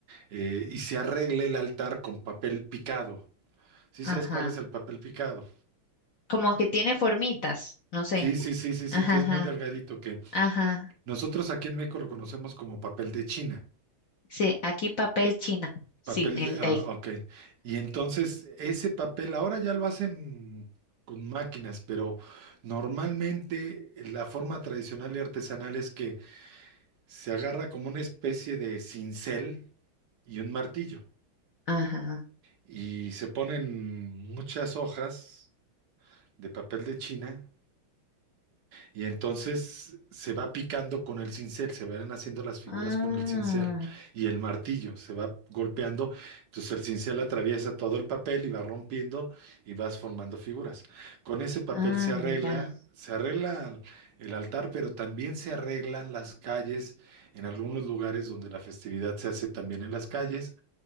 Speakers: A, on the right; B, on the left.
A: eh, y se arregla el altar con papel picado Sí
B: Ajá.
A: sabes cuál es el papel picado.
B: como que tiene formitas, no sé.
A: Sí, sí, sí, sí, sí,
B: Ajá,
A: que es
B: ajá,
A: muy delgadito, que
B: ajá.
A: nosotros aquí en México lo conocemos como papel de China.
B: Sí, aquí papel china, sin
A: Papel
B: el
A: de, ah,
B: D.
A: ok. Y entonces ese papel ahora ya lo hacen con máquinas, pero normalmente la forma tradicional y artesanal es que se agarra como una especie de cincel y un martillo
B: Ajá.
A: y se ponen muchas hojas de papel de China Y entonces se va picando con el cincel, se van haciendo las figuras
B: Ah,
A: con el cincel y el martillo se va golpeando. Entonces el cincel atraviesa todo el papel y va rompiendo y vas formando figuras. Con ese papel
B: ah,
A: se arregla,
B: mira,
A: se arregla el altar, pero también se arreglan las calles en algunos lugares donde la festividad se hace también en las calles